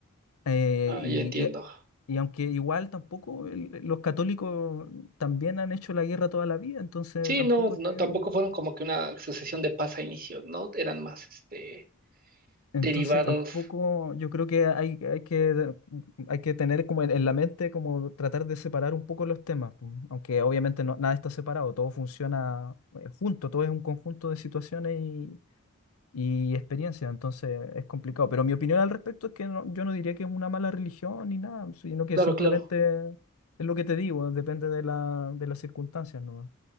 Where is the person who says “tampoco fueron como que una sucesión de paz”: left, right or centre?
Right